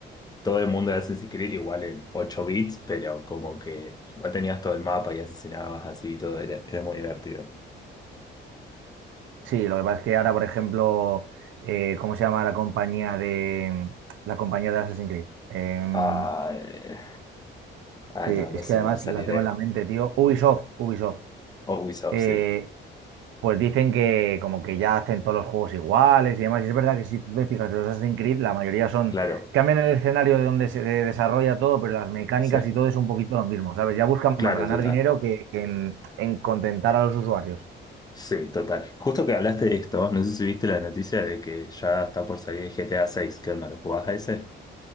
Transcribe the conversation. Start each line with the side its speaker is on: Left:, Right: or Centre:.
Left: todo el mundo de Assassin's Creed igual en 8 bits, pero como que igual tenías todo el mapa y asesinabas así y todo, era, era muy divertido.
Right: Sí, lo que pasa es que ahora, por ejemplo, eh, ¿cómo se llama la compañía de la compañía de Assassin's Creed? Em,
Left: Ah, eh, ay,
Right: que
Left: no, no
Right: es
Left: sé
Right: que
Left: si
Right: además
Left: me va a salir,
Right: la tengo
Left: ¿eh?
Right: en la mente, tío. Ubisoft, Ubisoft.
Left: O Ubisoft,
Right: Eh,
Left: sí.
Right: Pues dicen que como que ya hacen todos los juegos iguales y demás. Y es verdad que si tú te fijas de los Assassin's Creed, la mayoría son,
Left: Claro,
Right: cambian el escenario de donde se de- desarrolla todo, pero las mecánicas
Left: sí,
Right: y todo es un poquito lo mismo, ¿sabes? Ya buscan
Left: claro,
Right: más ganar
Left: total.
Right: dinero que que en, en contentar a los usuarios.
Left: Sí, total. Justo que hablaste de esto, no sé si viste la noticia de que ya está por salir GTA 6. ¿Qué onda? ¿Lo jugás a ese?